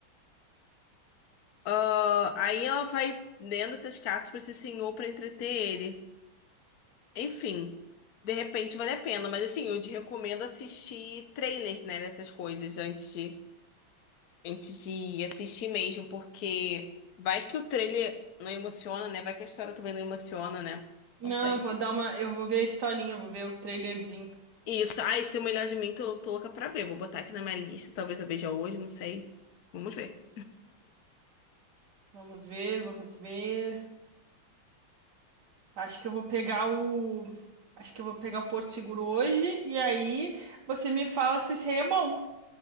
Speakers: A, on the left (about 55°); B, on the right (about 55°).
A: Ah, aí ela vai lendo essas cartas para esse senhor para entreter ele. Enfim, de repente vale a pena, mas assim, eu te recomendo assistir trailer, né, dessas coisas antes de, antes de assistir mesmo, porque vai que o trailer não emociona, né? Vai que a história também não emociona, né?
B: Não,
A: Não sei.
B: eu vou dar uma. Eu vou ver a historinha, eu vou ver o trailerzinho.
A: Isso. Ai, se eu melhor de mim, tô, tô louca pra ver. Vou botar aqui na minha lista. Talvez eu veja hoje, não sei. Vamos ver.
B: Vamos ver, vamos ver. Acho que eu vou pegar o. Acho que eu vou pegar o Porto Seguro hoje e aí você me fala se isso aí é bom.